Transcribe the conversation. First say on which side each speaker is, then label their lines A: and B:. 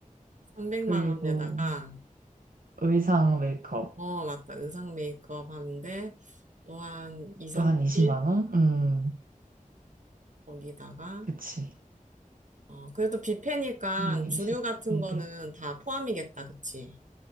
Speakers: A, on the right; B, on the right.
A: 300만
B: <laughs> 그리고
A: 원에다가
B: 의상 메이크업.
A: 어, 맞다. 의상 메이크업 하는데 또한 2, 30
B: 또 한 20만 원? 음,
A: 거기다가
B: 그치.
A: 어, 그래도 뷔페니까
B: 220,
A: 주류 같은
B: 200.
A: 거는 다 포함이겠다. 그치?